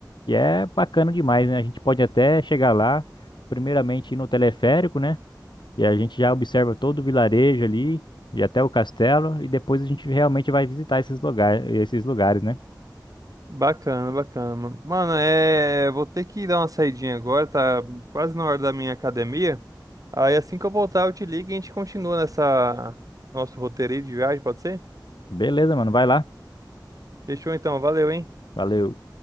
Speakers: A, on the left (about 75°); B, on the right (about 50°).
A: E é bacana demais, né? A gente pode até chegar lá, primeiramente ir no teleférico, né? E a gente já observa todo o vilarejo ali, e até o castelo, e depois a gente realmente vai visitar esses lugares, esses lugares, né?
B: Bacana, bacana, mano. Mano, é. Vou ter que dar uma saidinha agora, tá quase na hora da minha academia. Aí assim que eu voltar, eu te ligo e a gente continua nessa. Nosso roteiro aí de viagem, pode ser?
A: Beleza, mano, vai lá.
B: Fechou então, valeu, hein?
A: Valeu.